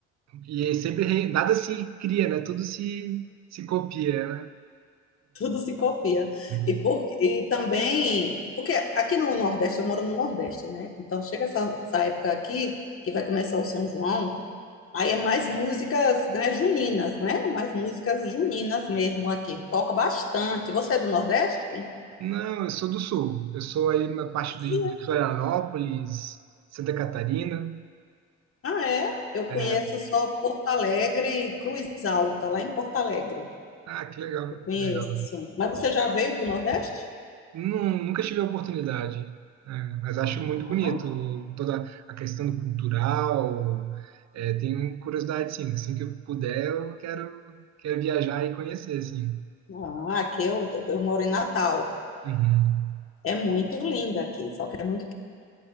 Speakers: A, on the right; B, on the left.
A: E aí sempre re- nada se cria, né? Tudo se, se copia, né?
B: Tudo se copia.
A: <laughs>
B: E, por, e também, porque aqui no Nordeste, eu moro no Nordeste, né? Então chega essa, essa época aqui, que vai começar o São João, Aí é mais músicas, né, juninas, né? Mais músicas juninas mesmo aqui. Toca bastante. Você é do Nordeste?
A: Não, eu sou do sul. Eu sou aí na parte
B: E-
A: de de Florianópolis, Santa Catarina.
B: Ah, é? Eu
A: É.
B: conheço só Porto Alegre e Cruz Alta, lá em Porto Alegre.
A: Ah, que legal,
B: Eu conheço.
A: legal.
B: Mas você já veio para o Nordeste?
A: Nun- Nunca tive a oportunidade, né? Mas acho
B: Ah,
A: muito bonito toda a questão do cultural. É, tenho curiosidade, sim. Assim que eu puder, eu quero, quero viajar e conhecer, assim.
B: ah, aqui eu, eu moro em Natal.
A: Uhum.
B: É muito linda aqui, só que é muito,